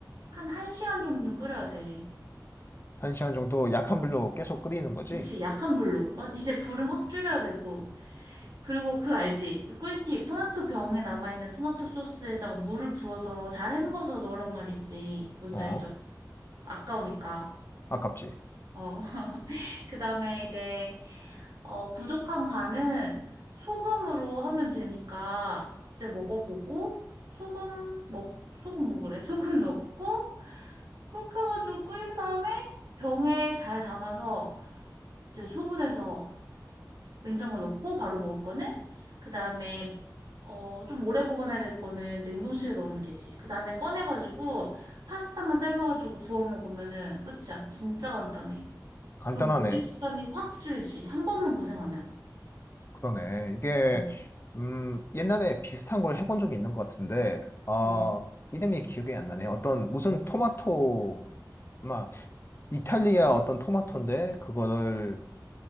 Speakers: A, on the right (about 70°); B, on the left (about 35°).
A: 한 1시간 정도는 끓여야 돼.
B: 한 시간 정도 약한 불로 계속 끓이는 거지?
A: 그치, 약한 불로. 와, 이제 불은 확 줄여야 되고. 그리고 그 알지? 그 꿀팁. 토마토 병에 남아있는 토마토 소스에다가 물을 부어서 잘 헹궈서 넣으란 말이지. 뭔지
B: 어?
A: 알죠? 아까우니까.
B: 아깝지.
A: 어. <laughs> 그 다음에 이제, 어, 부족한 간은 소금으로 하면 되니까 이제 먹어보고, 소금, 뭐, 소금 뭐 그래? <laughs> 소금 넣고, 그렇게 해가지고 끓인 다음에 병에 잘 담아서 이제 소분해서 냉장고 넣고 바로 먹을 거는 그다음에 어, 좀 오래 보관해야 될 거는 냉동실에 넣으면 되지. 그다음에 꺼내가지고 파스타만 삶아가지고 부어 먹으면은 끝이야. 진짜 간단해.
B: 간단하네.
A: 그럼 요리 시간이 확 줄지. 한 번만 고생하면.
B: 그러네. 이게,
A: 어,
B: 음, 옛날에 비슷한 걸 해본 적이 있는 것 같은데, 아,
A: 어.
B: 이름이 기억이 안 나네. 어떤, 무슨 토마토, 막, 이탈리아 어떤 토마토인데, 그거를